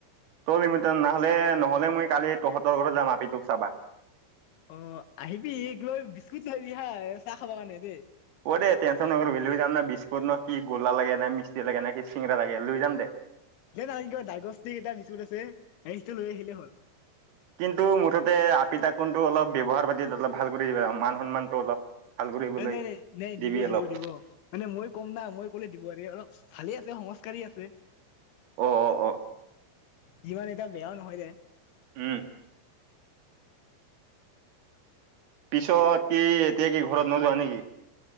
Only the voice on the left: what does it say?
অ আহিবি এই লৈ বিস্কুট লৈবি হা চাহ খাব কাৰণে দেই
কিবা ডাইগষ্টিক এটা বিস্কুট আছে সেইটো লৈ আহিলে হ'ল
এ নাই নাই নাই
দিব
দিব দিব মানে মই কম না মই কলে দিব আৰু অলপ ভালে আছে সংস্কাৰি আছে
যিমান এটা বেয়াও নহয় যে